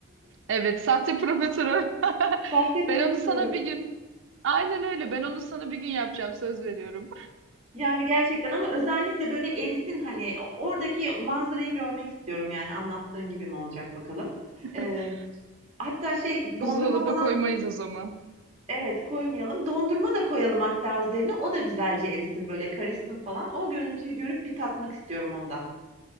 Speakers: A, on the right (about 65°); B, on the right (about 30°).
A: Evet, sahte profiterol. <laughs>
B: Sahte
A: Ben
B: profiterol.
A: onu sana bir gün, aynen öyle. Ben onu sana bir gün yapacağım, söz veriyorum.
B: Yani, gerçekten ama özellikle, böyle, erisin, hani, oradaki manzarayı görmek istiyorum, yani, anlattığın gibi mi olacak bakalım.
A: <laughs>
B: Eee, hatta şey, dondurma
A: Buzdolabı
B: falan
A: koymayız o zaman.
B: Evet, koymayalım. Dondurma da koyalım hatta üzerine. O da güzelce erisin, böyle, karışsın falan. O görüntüyü görüp bir tatmak istiyorum ondan.